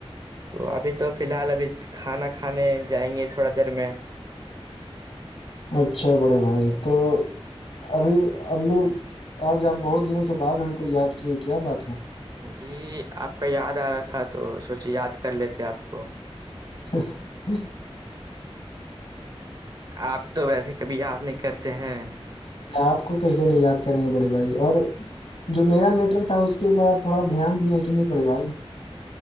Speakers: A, on the right; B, on the left.
A: تو ابھی تو فی الحال ابھی کھانا کھانے جائیں گے تھوڑا دیر میں
B: اچھا بڑے بھائی تو ابھی اب لوگ آج آپ بہت دنوں کے بعد ہم کو یاد کیے کیا بات ہے
A: جی آپ کا یاد آ رہا تھا تو سوچے یاد کر لیتے آپ کو
B: <inaudible>
A: آپ تو ویسے کبھی یاد نہیں کرتے ہیں
B: آپ کو کیے نہیں یاد کریں گے بڑے بھائی اور جو میرا میٹر تھا اس کے اوپر آپ تھوڑا دھیان دیے کہ نہیں پڑے بھائی